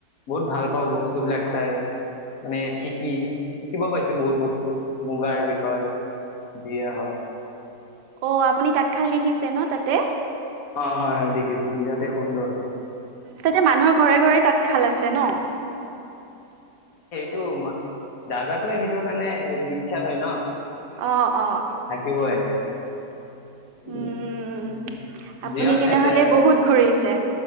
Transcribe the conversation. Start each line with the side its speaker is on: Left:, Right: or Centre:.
Left: বহুত ভাল পাওঁ বস্তুবিলাক চাই। মানে শিকি শিকিব পাইছে বহুত বস্তু মুগাৰ বিষয়ে। যিয়ে হওঁক।
Right: অ, আপুনি তাঁতশাল দেখিছে নহ তাতে।
Left: অ হয়, হয় দেখিছো বিৰাটেই সুন্দৰ।
Right: তাতে মানুহৰ ঘৰে ঘৰে তাঁতশাল আছে নহ।
Left: টো দাদাটো সেইটো কাৰণে বিখ্যাত হয় নহ।
Right: অ' অ'
Left: থাকিবই। <inaudible>
Right: উম আপুনি
Left: দিয়ক
Right: তেনেহলে
Left: তেন্তে
Right: বহুত ঘূৰিছে।